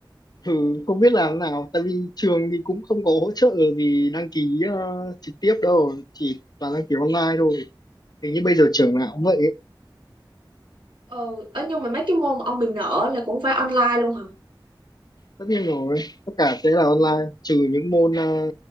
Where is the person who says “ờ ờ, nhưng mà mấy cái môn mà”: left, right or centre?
Right